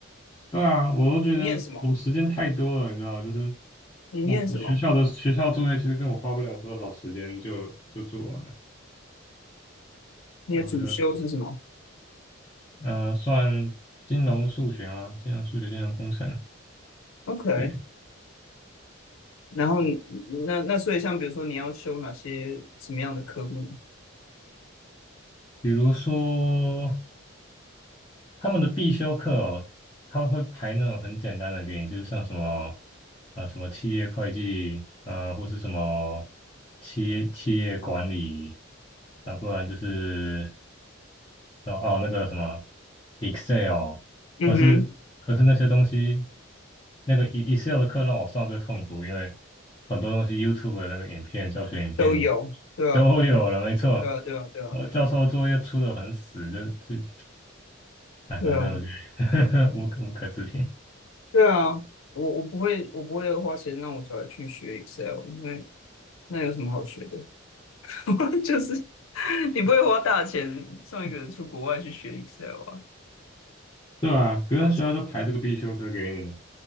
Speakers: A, on the left (about 25°); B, on the left (about 80°).
A: 对啊，我都觉得我时间太多了，
B: 你念什么？
A: 你知道吗就是
B: 你念什么？
A: 我我学校的学校作业其实跟我花不了多少时间就就做完了，
B: 你的主修是什么
A: 然后就呃算金融数学嘛，金融数学、金融工程，
B: ？OK，
A: 对，
B: 然后你那那所以像比如说你要修哪些什么样的科目？
A: 比如说。他们的必修课哦，他们会排那种很简单的给你，就是像什么呃什么企业会计，呃或是什么企业企业管理，啊、不然就是哦哦那个什么 Excel，
B: 嗯哼，
A: 可是可是那些东西，那个 E- x c e l 的课让我上最痛苦，因为很多东西 YouTube 的那个影片教学影片
B: 都有，对啊，
A: 都有了，没错。
B: 对啊，对啊，对啊，
A: 呃，教授作业出的很死，就自己。哎，
B: 对啊。
A: 反正我觉得 <laughs> 无可无可置评。
B: 对啊，我我不会，我不会花钱让我小孩去学 Excel，因为那有什么好学的？<laughs> 就是你不会花大钱送一个人出国外去学 Excel 啊？
A: 对啊，可是学校就排这个必修课给你，
B: 夸张。